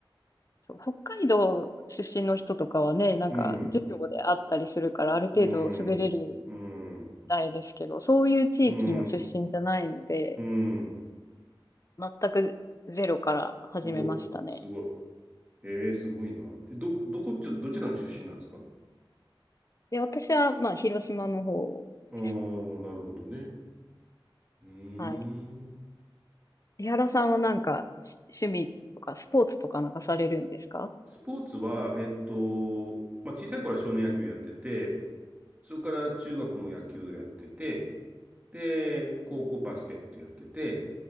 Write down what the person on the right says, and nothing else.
うん、うん、うん、
うん、うん。
すごい、すごい。ええーすごいな。で、ど、どこっち、どちらの出身なんですか
ああー、なるほどね。うー
ん。
スポーツは、えっと、まあ、小さい頃は少年野球やってて、それから中学も野球やってて、で、高校バスケットやってて、